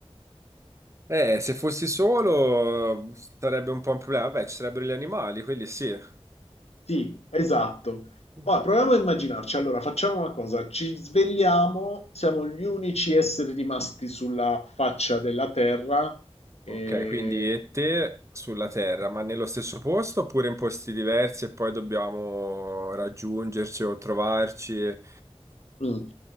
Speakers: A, on the right (about 30°); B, on the left (about 80°).
A: Eh, se fossi solo sarebbe un po' un problema. Beh, ci sarebbero gli animali, quelli sì.
B: Sì, esatto.
A: <laughs>
B: Ma proviamo a immaginarci. Allora, facciamo una cosa, ci svegliamo, siamo gli unici esseri rimasti sulla faccia della Terra. E...
A: Ok, quindi e te sulla Terra, ma nello stesso posto oppure in posti diversi e poi dobbiamo raggiungerci o trovarci? Eh,
B: Mm.